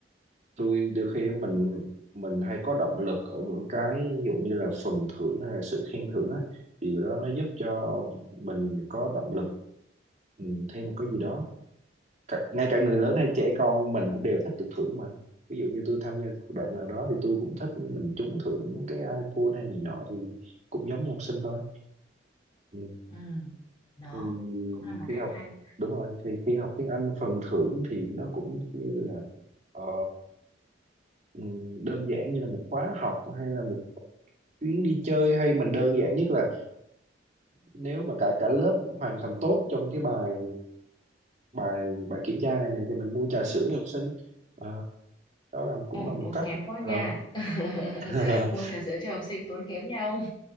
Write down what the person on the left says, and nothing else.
ừ. đó
cũng là một
cách
hay
ồ
tốn
kém quá
nha <laughs>
mua trà sữa cho học sinh tốn kém nha ông